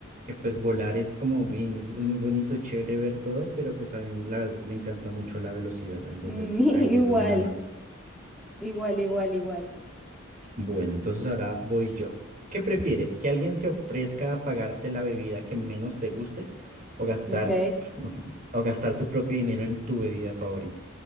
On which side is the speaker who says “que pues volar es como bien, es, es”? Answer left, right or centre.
Right